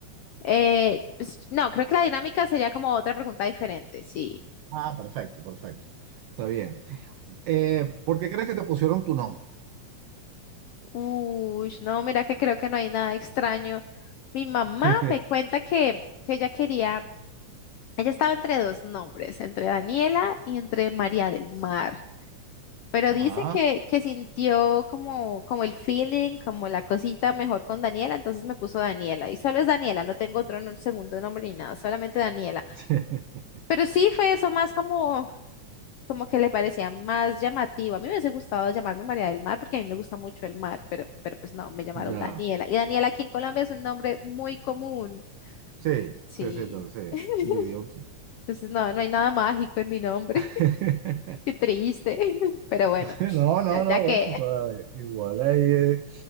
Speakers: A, on the left; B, on the right.
A: Eh, s- no, creo que la dinámica sería como otra pregunta diferente, sí.
B: Ah, perfecto, perfecto. Está bien. Eh, ¿por qué crees que te pusieron tu nombre?
A: Uy, no, mira que creo que no hay nada extraño. Mi mamá
B: <laughs>
A: me cuenta que, que ella quería Ella estaba entre dos nombres, entre Daniela y entre María del Mar. Pero
B: Ajá.
A: dice que, que sintió como, como el feeling, como la cosita mejor con Daniela, entonces me puso Daniela. Y solo es Daniela, no tengo otro no- segundo nombre ni nada, solamente Daniela.
B: <laughs>
A: Pero sí fue eso más como, como que le parecía más llamativo. A mí me hubiese gustado llamarme María del Mar porque a mí me gusta mucho el mar, pero, pero pues no, me llamaron
B: Ya.
A: Daniela. Y Daniela aquí en Colombia es un nombre muy común.
B: Sí,
A: Sí.
B: sí, sí, entonces,
A: <laughs>
B: vivió.
A: Entonces no, no hay nada mágico en mi nombre.
B: <laughs>
A: Qué triste, <laughs> pero bueno,
B: <laughs> No, no,
A: ya,
B: no,
A: ya que,
B: bueno, o sea, igual ahí, eh,